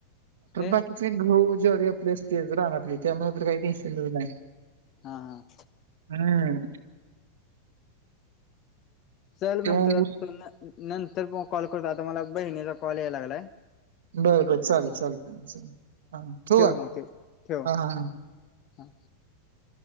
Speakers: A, on the left; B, on the right.
A: ए
B: बाकी <unintelligible> ते गहू ज्वारी आपली असती रानातली त्यामुळे तर काही टेन्शनच नाही.
A: हा हा
B: हम्म
A: चल
B: त्यामुळं
A: मग तुला तो न नंतर मग कॉल करतो आता मला बहिणीचा कॉल यायला लागलाय.
B: बरं बरं चालतंय चालतंय चा हा ठेवू
A: ठेव
B: का
A: मग ठेव ठेव
B: हा
A: हा